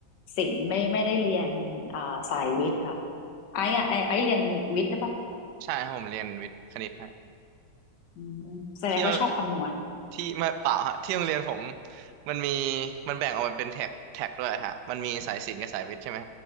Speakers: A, on the left; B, on the right.
A: ศิลป์ไม่ไม่ได้เรียนเอ่อสายวิทย์ค่ะไอ้อะไอ้ไอ้เรียนวิทย์หรือเปล่า
B: ใช่ครับผมเรียนวิทย์คณิตฮะ
A: อืมแสดงว่าชอบคำนวณ
B: เที่ยว ที่ไม่เปล่าฮะที่โรงเรียนผมมันมีมันแบ่งออกเป็นแท็กแท็กด้วยฮะมันมีสายศิลป์กับสายวิทย์ใช่ไหม